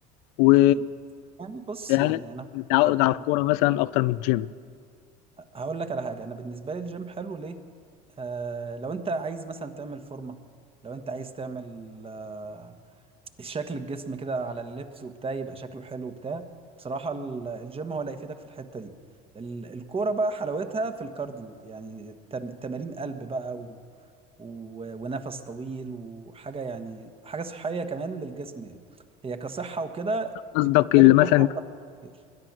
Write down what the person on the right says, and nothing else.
اكيد يعني بص
يعني انا هقول
لك على حاجه
هقول لك على حاجه انا بالنسبه لي الجيم حلو ليه آه لو انت عايز مثلا تعمل فورمه لو انت عايز تعمل آه، شكل الجسم كده على اللبس وبتاع يبقى شكله حلو وبتاع بصراحة ال- الجيم هو اللي هيفيدك في الحتة دي ال- الكورة بقى حلاوتها في الكارديو يعني تم- تمارين قلب بقى و... و... ونفس طويل وحاجة يعني حاجة صحية كمان للجسم هي كصحة وكده
بالنسبة
لي الكورة
أفضل كتير